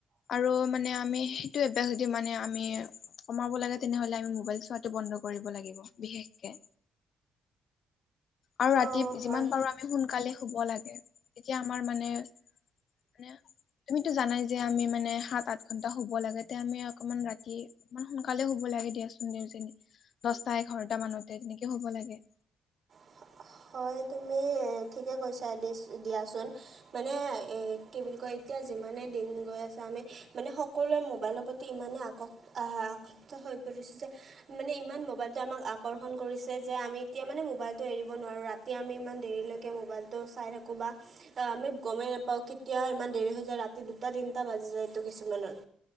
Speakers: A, on the left; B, on the right.
A: আৰু মানে আমি সেইটো অভ্যাস যদি মানে আমি কমাব লাগে তেনেহ'লে আমি মোবাইল চোৱাটো বন্ধ কৰিব লাগিব বিশেষকে। আৰু ৰাতি
B: অঁ
A: যিমান
B: হয়
A: পাৰোঁ আমি সোনকালে শুব লাগে এতিয়া আমাৰ মানে মানে তুমিততো জানাই যে আমি মানে সাত আঠ ঘন্টা শুব লাগে তে আমি অকনমান ৰাতি ইমান সোনকালে শুব লাগে দিয়াচোন, দেউ যে দহটা এঘাৰটা মানতে তেনেকে শুব লাগে।
B: <inaudible> হয় তুমি ঠিকে কৈছা, দি দিয়াচোন। মানে এ, কি বুলি কয় এতিয়া যিমানে দিন গৈ আছে আমি মানে সকলোৱে মোবাইলৰ ইমানেই আক আকক্ত হৈ পৰিছে যে মানে ইমান মোবাইলটো আমাক আকৰ্ষণ কৰিছে যে আমি এতিয়া মানে মোবাইলটো এৰি নোৱাৰোঁ, ৰাতি আমি ইমান দেৰিলৈকে মোবাইলটো চাই থাকোঁ বা ত' আমি গ'মেই নাপাও কেতিয়া ইমান দেৰি হৈ যায়, ৰাতি দুটা তিনিটা বাজি যায় এইটো কিছুমানৰ।